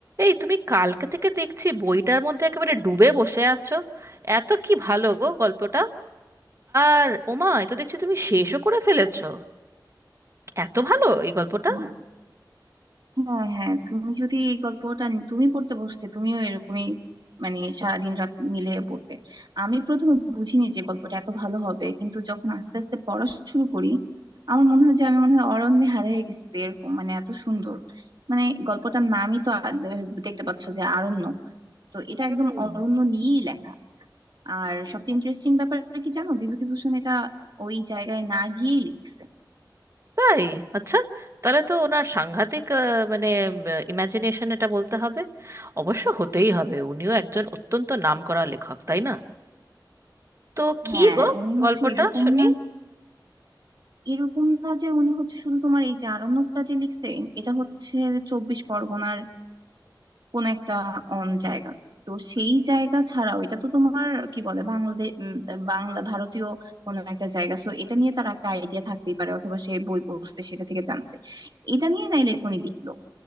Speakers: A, on the right; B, on the right.
A: এই তুমি কালকে থেকে দেখছি বইটার মধ্যে একেবারে ডুবে বসে আছো এত কি ভালো গো গল্পটা আর ওমা এ তো দেখছি তুমি শেষও করে ফেলেছো এত ভালো এই গল্পটা
B: উম, হ্যাঁ হ্যাঁ তুমি যদি এই গল্পটা নি- তুমি পড়তে বসতে তুমিও এরকমই মানে সারাদিন রাত মিলে পড়তে আমি প্রথমে বুঝিনি যে গল্পটা এত ভালো হবে কিন্তু যখন আস্তে আস্তে পড়া শুরু করি আমার মনে হয় যে আমি মনে হয় অরণ্যে হারিয়ে গেছি এরকম মানে এত সুন্দর মানে গল্পটার নামই তো আ- দে- দেখতে পাচ্ছ যে আরণ্য তো এটা
A: হুম
B: একদম অরণ্য নিয়েই লেখা আর সবচেয়ে ইন্টারেস্টিং ব্যাপার কি জানো বিভূতিভূষণ এটা ওই জায়গায় না গিয়েই লিখছে
A: তাই আচ্ছা তাহলে তো ওনার সাংঘাতিক আহ, মানে ইমাজিনেশন এটা বলতে হবে অবশ্য হতেই হবে উনিও একজন অত্যন্ত নামকরা লেখক তাই না তো কি
B: হ্যাঁ
A: গো
B: উনি হচ্ছে
A: গল্পটা
B: এরকম
A: শুনি
B: না এরকম না যে উনি হচ্ছে শুধু তোমার এই যে আরণ্যকটা যে লিখছে এটা হচ্ছে চব্বিশ পরগনার কোন একটা উম, জায়গা তো সেই জায়গা ছাড়াও এটা তো তোমার কি বলে বাংলাদেশ বাংলা ভারতীয় কোন একটা জায়গা সো এটা নিয়ে তার একটা আইডিয়া থাকতেই পারে অথবা সে বই পড়ছে সেটা থেকে জানছে এটা নিয়ে নাইলে উনি লিখলো